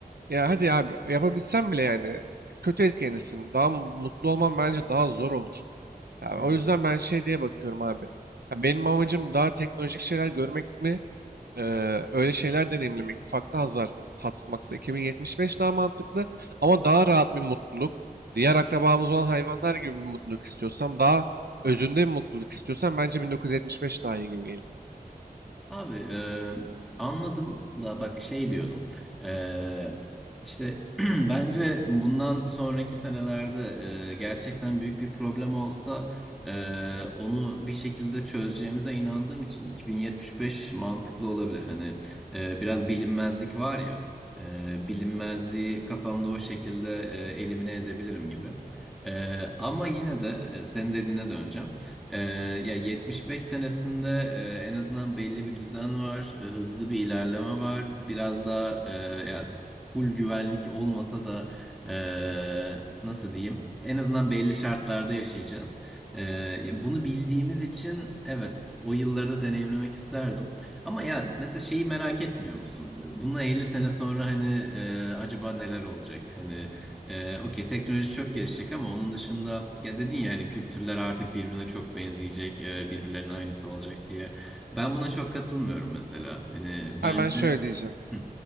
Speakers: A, on the right; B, in the centre.
A: Ya hadi abi yapabilsem bile yani kötü etkilenirsin. Daha mutlu olman bence daha zor olur. Ya
B: hı.
A: o
B: hı.
A: yüzden ben şey diye bakıyorum abi. Ya benim amacım daha teknolojik şeyler görmek mi, eee, öyle şeyler deneyimlemek mi, farklı hazlar tatmaksa 2075 daha mantıklı ama daha rahat bir mutluluk. Diğer akrabamız olan hayvanlar gibi bir mutluluk istiyorsam, daha özünde bir mutluluk istiyorsam bence 1975 daha iyi gibi geliyor.
B: abi e, anladım da bak şey diyordum E, işte <clears throat> bence bundan sonraki senelerde e, gerçekten büyük bir problem olsa e, onu bir şekilde çözeceğimize inandığım için 2075 mantıklı olabilir hani e, biraz bilinmezlik var ya e, bilinmezliği kafamda o şekilde e, elimine edebilirim gibi. E, ama yine de e, senin dediğine döneceğim. Ee, ya 75 senesinde e, en azından belli bir düzen var, e, hızlı bir ilerleme var. Biraz daha e, ya full güvenlik olmasa da e, nasıl diyeyim? En azından belli şartlarda yaşayacağız. E, ya bunu bildiğimiz için evet o yıllarda deneyimlemek isterdim. Ama ya mesela şeyi merak etmiyor musun? Bundan 50 sene sonra hani e, acaba neler olacak? Hani ee, okey teknoloji çok gelişecek ama onun dışında ya dedin ya hani kültürler artık birbirine çok benzeyecek, e, birbirlerinin aynısı olacak diye. Ben buna çok katılmıyorum mesela. Hani bence
A: Ha ben şöyle diyeceğim.
B: Hı.